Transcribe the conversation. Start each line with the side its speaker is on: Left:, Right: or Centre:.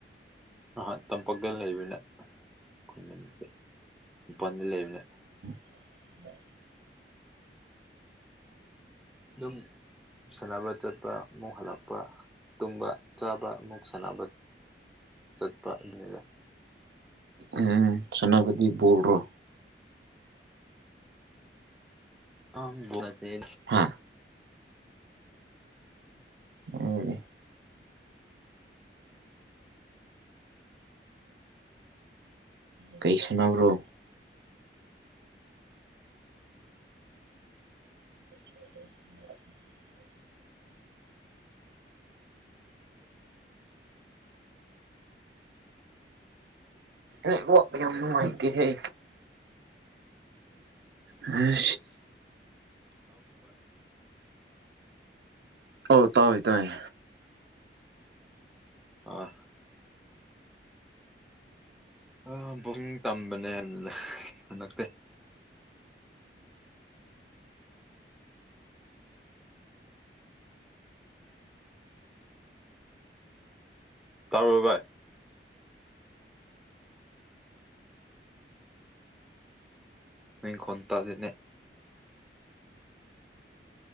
Centre: ꯑꯍ ꯇꯝꯄꯥꯛꯛꯇ ꯂꯩꯕꯅ ꯑꯩꯈ ꯏꯄꯅꯤ ꯂꯩꯕꯅꯦ
Right: ꯑ
Centre: ꯑꯗꯨꯝ ꯁꯥꯟꯅꯕ ꯆꯠꯄ ꯑꯃꯨꯛ ꯍꯜꯂꯛꯄ ꯇꯨꯝꯕ ꯆꯥꯕ ꯑꯃꯨꯛ ꯁꯥꯟꯅꯕ ꯆꯠꯄ ꯂꯩꯗ
Right: ꯎ ꯁꯣꯅꯥꯄꯗꯤꯤ ꯣꯜ꯭ꯔꯣ
Centre: ꯑꯣꯦ
Right: ꯍꯥ ꯑꯦ ꯀꯩꯁꯅꯕ꯭ꯔꯣ <unintelligible> <unintelligible> ꯌꯥꯝꯅꯨꯡꯉ ꯀꯍꯦ ꯑ ꯑ ꯇꯥꯎꯏ ꯇꯏꯦ
Centre: ꯑꯥ ꯑ ꯕꯛ ꯇꯝꯕꯅꯦ ꯍꯟꯗꯛꯇꯤ ꯇꯥꯔꯔꯕꯕꯥ ꯅ ꯈꯟꯇꯗꯅꯦ